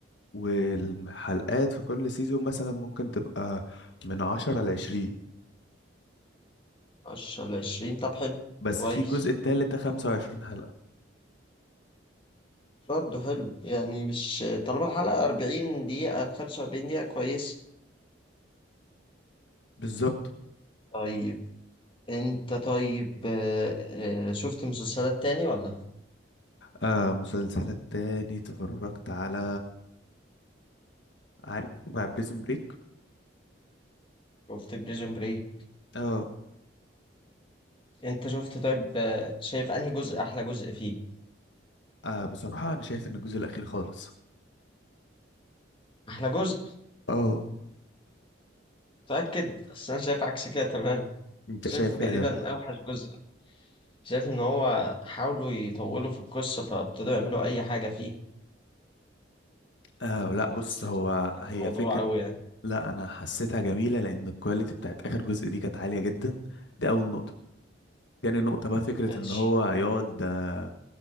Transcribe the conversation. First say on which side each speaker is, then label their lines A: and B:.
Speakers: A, on the left; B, on the left.
A: والحلقات في كل سيزون مثلا ممكن تبقى من 10 ل 20
B: عشرة لعشرين طب حلو
A: بس
B: كويس
A: في الجزء التالت ده 25 حلقة
B: برضه حلو يعني مش طالما الحلقة أربعين دقيقة خمسة وأربعين دقيقة كويس
A: بالظبط
B: طيب أنت طيب آه، آه، شفت مسلسلات تاني ولا
A: آه مسلسلات تاني اتفرجت على عارف مع بريزون بريك
B: شفت بريزون بريك
A: اه
B: أنت شفت طيب آه، شايف أنهي جزء أحلى جزء فيه
A: اه بصراحة انا شايف ان الجزء الاخير خالص
B: أحلى جزء
A: اه
B: متأكد بس أنا شايف عكس كده تمام
A: انت
B: شايفه
A: شايف
B: تقريبا
A: ايه ده
B: أوحش جزء شايف إن هو حاولوا يطولوا في القصة فابتدوا يعملوا أي حاجة فيه
A: اه لا
B: فما
A: بص
B: حسيتش
A: هو
B: الموضوع
A: هي فكر
B: أوي يعني
A: لا انا حسيتها جميلة لان الكواليتي بتاعت اخر جزء دي كانت عالية جدا دي اول نقطة تاني نقطة بقى فكرة
B: ماشي
A: ان هو يقعد آه،